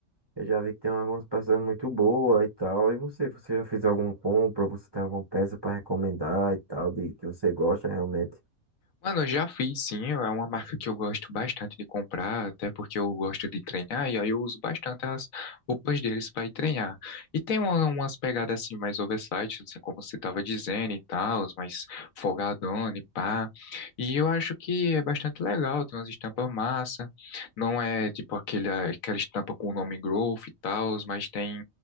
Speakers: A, on the right; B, on the left.
A: Eu já vi que tem algumas peças muito boas e tal. E você, você já fez alguma compra? Você tem alguma peça para recomendar e tal, de que você gosta realmente?
B: Mano, eu já fiz sim, é uma marca que eu gosto bastante de comprar, até porque eu gosto de treinar, e aí eu uso bastante as roupas deles para ir treinar. E tem uma- umas pegadas assim mais oversight, assim como você estava dizendo e tal, mais folgadona e pá. E eu acho que é bastante legal, tem umas estampas massa, não é tipo aquele, aquela estampa com o nome Growth e tal, mas tem